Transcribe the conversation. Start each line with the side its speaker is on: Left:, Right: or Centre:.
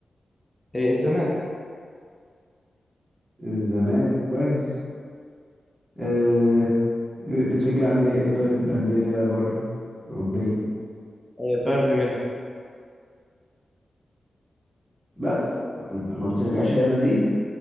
Centre: آه الزمالك
Right: الزمالك كويس إيه بتشجع أندية ايه طيب أندية بره أوروبية
Centre: آه بايرن ميونخ
Right: بس ما بتشجعش ريال مدريد؟